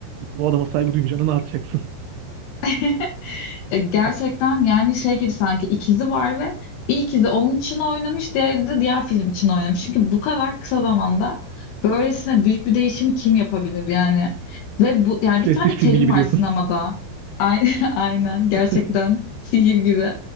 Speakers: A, on the right; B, on the left.
A: Bu adama saygı duymayacağına ne yapacaksın? <laughs>
B: <laughs> E, Gerçekten yani şey gibi sanki ikizi var ve bir ikizi onun için oynamış, diğeri de diğer film için oynamış. Çünkü bu kadar kısa zamanda böylesine büyük bir değişimi kim yapabilir yani? Ve bu yani
A: Prestij
B: bir tane terim
A: filmi gibi
B: var
A: diyorsun.
B: sinemada. Ay- <laughs> Aynen gerçekten
A: <laughs>
B: sihir gibi.